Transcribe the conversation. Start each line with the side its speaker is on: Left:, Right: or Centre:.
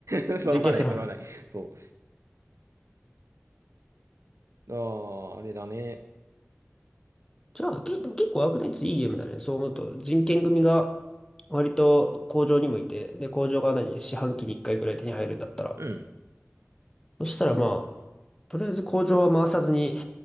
Right: う。<laughs> 揃わない、
Left: 人権さら。
Right: 揃わない。そう。あああれだね。
Left: じゃあ、け、でも結構アークナイツいいゲームだね。そう思うと、人権組が割と工場にもいて、で、工場が何、四半期に一回ぐらい手に入るんだったら。
Right: うん。
Left: そしたらまあ、とりあえず工場は回さずに、